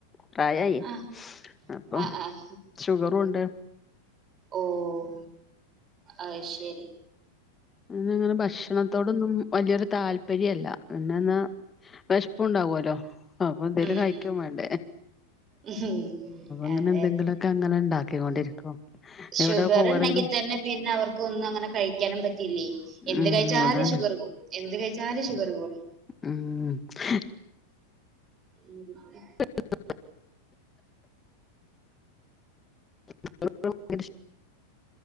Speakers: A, on the left; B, on the right.
A: പ്രായായി
B: ആഹ്
A: അപ്പം
B: ആഹ് ആഹ്
A: ഷുഗറുണ്ട്
B: ഓഹ് അഹ് ശെരി.
A: അങ്ങെങ്ങനെ ഭക്ഷണത്തോടൊന്നും വല്ല്യോരു താല്പര്യല്ല പിന്നന്ന് വെഷ്പ്പു ണ്ടാവല്ലോ. അപ്പൊ എന്തേലു
B: ഉം
A: കഴിയ്ക്കു
B: ഉം
A: വേണ്ടേ?
B: ഉം
A: ങ്ങനെ
B: അതെ
A: എന്തെങ്കിലുക്കെ
B: അതെ
A: അങ്ങനെ ണ്ടാക്കൊണ്ടിര്ക്കു
B: ഷുഗർ
A: എവ്ടെ പോവാണെങ്കിലും
B: ഉണ്ടെങ്കി തന്നെ പിന്നെ അവർക്ക് ഒന്നും അങ്ങനെ കഴിക്കാനും പറ്റിയില്ലേ എന്ത്
A: ഉം
B: കഴിച്ചാലു
A: അതാണ്
B: ഷുഗർ കൂടും എന്ത് കഴിച്ചാലു ഷുഗർ കൂടും.
A: ഉം ഹെ
B: <inaudible>
A: <inaudible> <unintelligible> നല്ല